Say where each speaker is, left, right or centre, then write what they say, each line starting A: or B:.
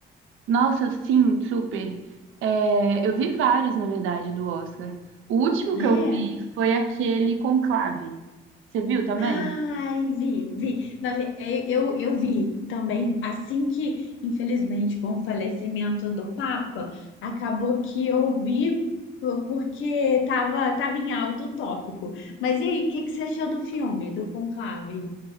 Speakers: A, on the right; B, on the left.
A: Nossa, sim, super. É, eu vi vários, na verdade, do Oscar. O último
B: né?
A: que eu vi foi aquele Conclave. Você viu também?
B: Ai, vi, vi. Na ve- é, Eu, eu vi também, assim que, infelizmente, com o falecimento do Papa, acabou que eu vi po- porque tava, tava em alto o tópico. Mas e aí, o que, que você achou do filme, do Conclave?